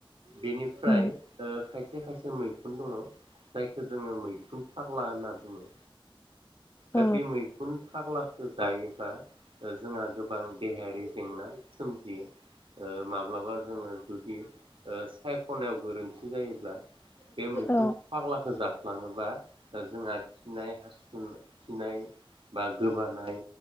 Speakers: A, on the right; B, on the left.
A: बेनिफ्राय
B: उम
A: ओ खायस खायसे खायसे मैखुन दङ जायखौ जोङो मैखुन फाग्ला होनना बुङो
B: औ
A: दा बे मैखुन फाग्ला खो जायोबा जोंहा गोबां देहायारि जेंना सोमजियो माब्लाबा जोङो जुदि ओ सायख'नायाव गोरोन्थि जायोब्ला बे मैखुन
B: औ
A: फाग्लाखौ जा लांङोबा जोंहा खिनाय हासुना खिनाय बा गोबानाय